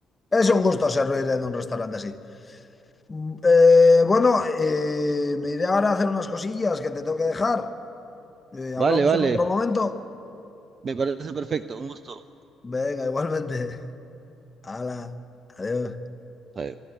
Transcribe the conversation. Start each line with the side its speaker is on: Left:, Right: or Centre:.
Left: es un gusto servir en un restaurante así. Mm, eh, bueno, eh, me iré ahora a hacer unas cosillas que te tengo que dejar. Eh, hablamos
Right: Vale, vale.
Left: en otro momento.
Right: Me parece perfecto. Un gusto.
Left: Venga, igualmente. <laughs> Hala, adiós.
Right: Ahí.